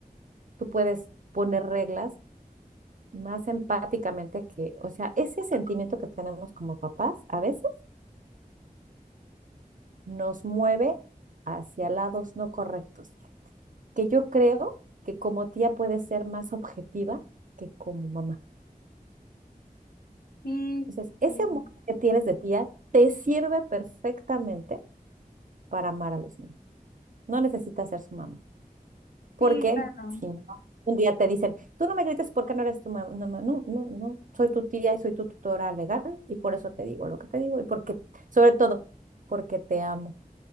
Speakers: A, on the right (about 60°); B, on the left (about 85°).
A: Tú puedes poner reglas más empáticamente que, o sea, ese sentimiento que tenemos como papás a veces nos mueve hacia lados no correctos, que yo creo que como tía puedes ser más objetiva que como mamá.
B: Sí,
A: Entonces, ese
B: sí,
A: amor que tienes de tía te sirve perfectamente para amar a los niños. No necesitas ser su mamá. Porque
B: sí, claro,
A: si no, un día te dicen, tú no me grites porque no eres tu mamá. No, ma- no, no, no. Soy tu tía y soy tu tutora legal y por eso te digo lo que te digo y porque, sobre todo, porque te amo.